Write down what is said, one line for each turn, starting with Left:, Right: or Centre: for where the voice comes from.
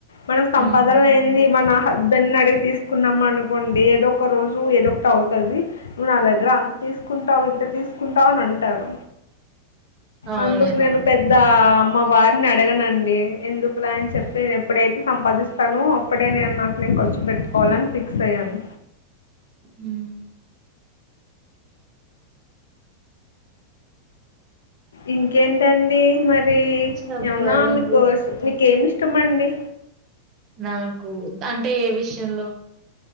Left: మన సంపాదన
Right: హ్మ్
Left: లేనిది మన హస్బెండ్ ని అడిగి తీసుకున్నాం అనుకోండి ఏదో ఒక రోజు ఏదో ఒకటి అవు తది నువ్వు నా దగ్గర అంత తీసుకుంటావు ఇంత తీసుకుంటావు అని అంటారు
Right: అవునండి
Left: అందుకు నేను పెద్ద మా వారిని అడగనండి ఎందుకులే అని చెప్పి ఎప్పుడైతే సంపాదిస్తానో అప్పుడే నేను నాకు నేను ఖర్చు పెట్టుకోవాలని ఫిక్స్ అయ్యాను.
Right: ఉమ్
Left: ఇంకేంటండి మరి ది
Right: చెప్పాలండి
Left: ఏమనా మీకుస
Right: మీరే
Left: మీకేమి ఇష్టం అండి
Right: నాకు అంటే ఏ విష్ ఎల్లొ